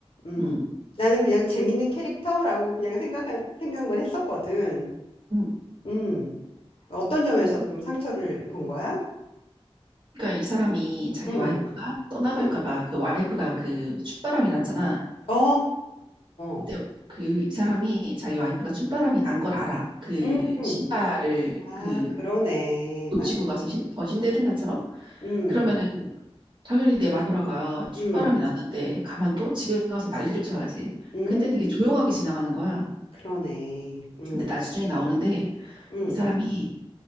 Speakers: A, on the left; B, on the right.
A: 음.
B: 음,
A: 나는 그냥 재밌는 캐릭터라고 그냥 생각한 생각만 했었거든.
B: 음.
A: 음. 어떤 점에서
B: 그래서
A: 좀 상처를 본 거야?
B: 그러니까 이 사람이 자기
A: 음.
B: 와이프가 떠나갈까
A: 음.
B: 봐 그 와이프가 그 춥바람이 났잖아.
A: 어, 어,
B: 근데
A: 어,
B: 그 이 사람이 자기 와이프가 춤바람이 난 걸 알아. 그
A: 어. 음.
B: 신발을
A: 아,
B: 그
A: 그러네.
B: 놓치고
A: 맞네.
B: 가서 신, 어, 신데렐라처럼?
A: 음.
B: 그러면은 당연히 내 마누라가 춥바람이
A: 음.
B: 났는데 가만둬? 집에 가서 난리를 쳐야지.
A: 음.
B: 근데 되게 조용하게 지나가는 거야.
A: 그러네. 음.
B: 근데 나중에 나오는데
A: 음.
B: 이 사람이